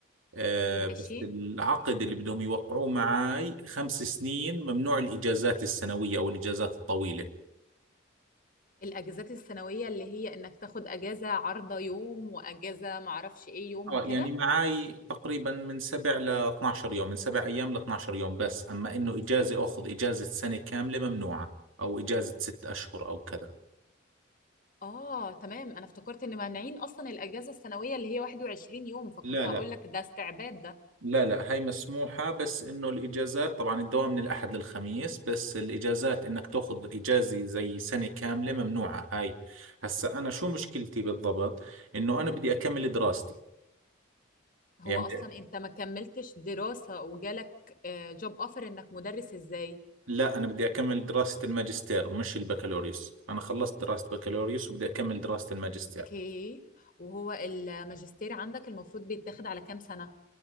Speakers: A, on the right; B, on the left.
A: آه
B: ماشي
A: بس العقد اللي بدهم يوقعوه معي خمس سنين ممنوع الإجازات السنوية أو الإجازات الطويلة
B: الاجازات السنويه اللي هي انك تاخد اجازه عارضه يوم واجازه معرفش ايه يوم
A: اه
B: وكده
A: يعني معاي تقريبا من سبع ل 12 يوم من سبع ايام ل 12 يوم بس اما انه اجازة اخذ اجازة سنة كاملة ممنوعة او اجازة ست اشهر او كذا
B: اه تمام انا افتكرت ان مانعين اصلا الاجازه السنويه اللي هي 21 يوم فكنت
A: لا
B: هقول
A: لا
B: لك ده استعباد ده
A: لا لا هاي مسموحة بس انه الاجازات طبعا الدوام من الاحد للخميس بس الاجازات انك تاخذ اجازة زي سنة كاملة ممنوعة هاي هسا انا شو مشكلتي بالضبط انه انا بدي اكمل دراستي
B: هو
A: يعني
B: اصلا
A: بدي-
B: انت ما كملتش دراسه وجالك جوب اوفر انك مدرس ازاي
A: لا انا بدي اكمل دراسة الماجستير مش البكالوريوس انا خلصت دراسة بكالوريوس وبدي اكمل دراسة الماجستير
B: اوكي وهو الماجستير عندك المفروض بيتاخد على كام سنه